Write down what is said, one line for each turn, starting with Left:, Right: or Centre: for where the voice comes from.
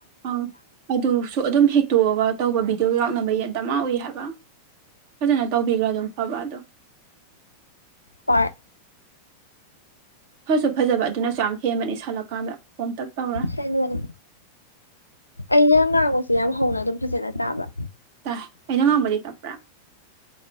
Right: ꯑꯥ ꯑꯗꯨꯁꯨ ꯑꯗꯨꯝ ꯍꯦꯛꯇꯣꯛꯑꯒ ꯇꯧꯕ ꯚꯤꯗꯤꯑꯣ ꯀꯩꯀꯥ ꯅꯝꯕꯩ ꯗꯃꯥ ꯎꯏ ꯍꯥꯏꯕ ꯐꯖꯅ ꯇꯧꯕꯤꯒ꯭ꯔ ꯑꯗꯨꯝ ꯐꯕ ꯑꯗꯣ
Left: ꯍꯣꯏ
Right: ꯐꯁꯨ ꯐꯖꯕ ꯑꯗꯨꯅꯁꯨ ꯌꯥꯝ ꯍꯦꯟꯕꯅꯤ ꯁꯥꯜꯂꯛꯀꯥꯟꯗ ꯄꯣꯝꯇꯛ ꯇꯧꯔ
Left: ꯀꯩꯅꯣꯅꯤ ꯑꯩꯅ ꯉꯥꯡꯕꯁꯦ ꯌꯥꯝ ꯍꯧꯅ ꯑꯗꯨꯝ ꯐꯖꯅ ꯇꯥꯕ꯭ꯔꯥ
Right: ꯇꯥꯏ ꯑꯩꯅ ꯉꯥꯡꯕꯗꯤ ꯇꯞꯄ꯭ꯔꯥ